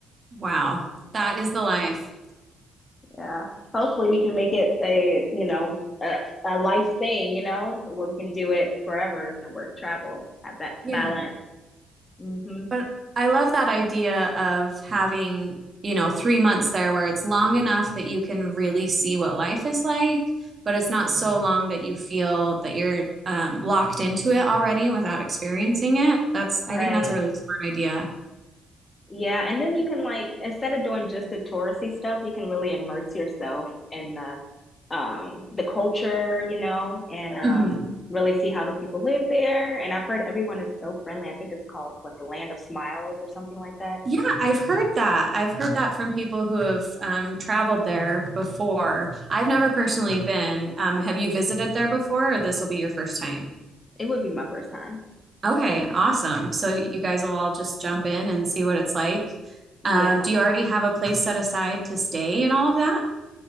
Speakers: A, on the right (about 35°); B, on the left (about 30°).
A: Wow. That is the life.
B: Yeah. Hopefully we can make it a, you know, a, a life thing, you know, where we can do it forever, you know, work, travel, have that
A: Yeah.
B: balance. hmm
A: But I love that idea of having, you know, three months there where it's long enough that you can really see what life is like, but it's not so long that you feel that you're um, locked into it already without experiencing it. That's,
B: Right.
A: I think that's a really smart idea.
B: Yeah. And then you can like, instead of doing just the touristy stuff, you can really immerse yourself in the um the culture, you know, and um
A: hmm
B: really see how the people live there. And I've heard everyone is so friendly. I think it's called what, the Land of Smiles or something like that.
A: Yeah, I've heard that. I've heard that from people who have um, traveled there before. I've never personally been. Um, have you visited there before, or this will be your first time?
B: It would be my first time.
A: Okay, awesome. So you guys will all just jump in and see what it's like.
B: Yeah.
A: Um, do you already have a place set aside to stay and all of that?